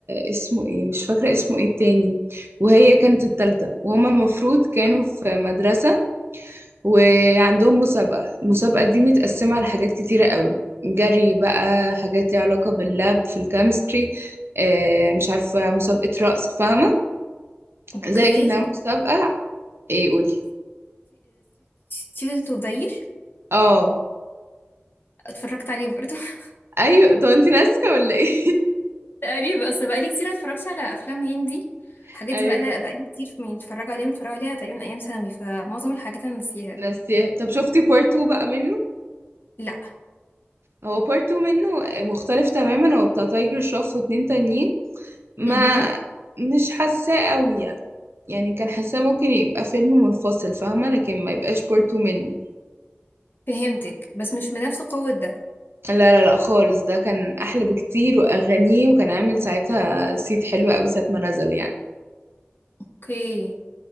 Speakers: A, on the right; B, on the left.
A: اسمه ايه مش فاكره اسمه ايه التاني وهي كانت الثالثه وهما المفروض كانوا
B: مم.
A: في مدرسه وعندهم مسابقه المسابقه دي متقسمه على حاجات كتيره قوي جري بقى حاجات ليها علاقه باللاب في الكيمستري آه، مش عارفه مسابقه رقص فاهمه
B: اوكي
A: زي كانها مسابقه ايه قولي
B: ستودنت اوف ذا يير
A: اه
B: اتفرجت عليه برضه <laughs>
A: ايوه طب انت ناسيه ولا ايه
B: تقريبا اصل بقالي كتير ما اتفرجتش على افلام هندي
A: <laughs>
B: الحاجات
A: ايوه
B: دي بقى لا بقالي كتير من اتفرج عليها متفرج عليها تقريبا ايام ثانوي فمعظم الحاجات انا ناسيها
A: ناسياه طب شفتي بارت 2 بقى منه
B: لا
A: هو بارت 2 منه مختلف تماما هو بتاع تايجر شروف واتنين تانيين ما
B: امم
A: مش حاساه قوي يعني يعني كان حاساه ممكن يبقى فيلم منفصل فاهمه لكن ما يبقاش بارت 2 منه
B: فهمتك بس مش بنفس قوة ده
A: لا لا لا خالص ده كان احلى بكتير واغانيه وكان عامل ساعتها صيت حلو قوي ساعه ما نزل يعني
B: اوكي